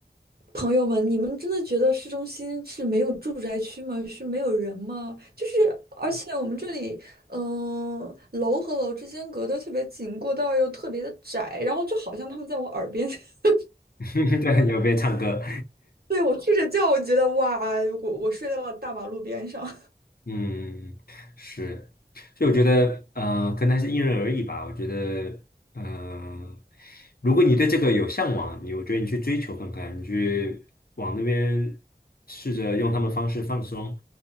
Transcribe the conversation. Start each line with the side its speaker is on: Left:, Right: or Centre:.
Right: 朋友们，你们真的觉得市中心是没有住宅区吗？是没有人吗？就是，而且我们这里，嗯、楼和楼之间隔得特别紧，过道又特别的窄，然后就好像他们在我耳边，<laughs>
Left: <laughs> 对，有边唱歌，
Right: 对，我睡着觉，我觉得哇，我我睡在了大马路边上，
Left: <laughs> 嗯，是，所以我觉得，呃，可能还是因人而异吧。我觉得，嗯、如果你对这个有向往，你我觉得你去追求看看，你去往那边试着用他们方式放松，